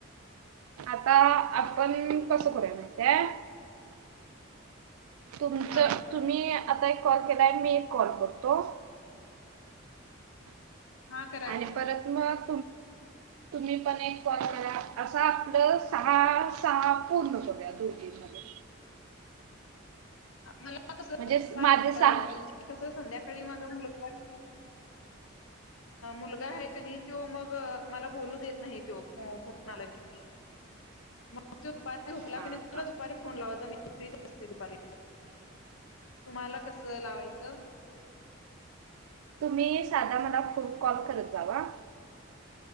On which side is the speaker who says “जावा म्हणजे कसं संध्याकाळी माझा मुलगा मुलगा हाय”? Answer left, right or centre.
Left